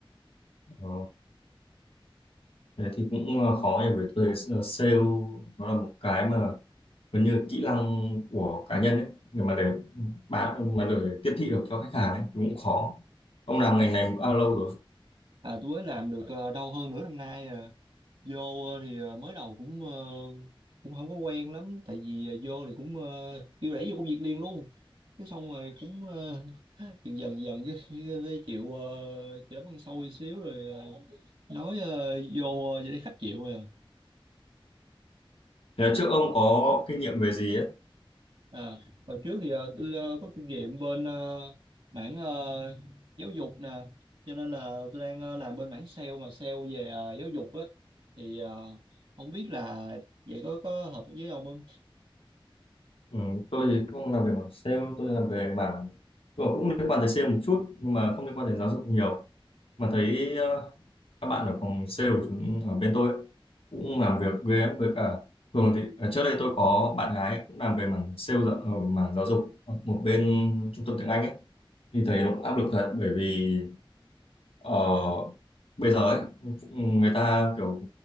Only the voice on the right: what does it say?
à, tôi mới làm được ờ, đâu hơn nửa năm nay à. vô ờ, thì ờ, mới đầu cũng ờ, cũng không có quen lắm tại vì ờ, vô thì cũng ờ, kêu đẩy vô công việc liền luôn cái xong rồi cũng ờ, dần dần dần cái, cái, cái chịu ờ, chịu đấm ăn xôi xíu rồi nói ờ, vô vậy thấy khách chịu rồi à.
À, hồi trước thì ờ, tôi ờ, có kinh nghiệm bên ờ, mảng ờ, giáo dục nè cho nên là tôi đang ờ, làm bên mảng sale mà sale về ờ, giáo dục á thì ờ, không biết là vậy có có hợp với ông không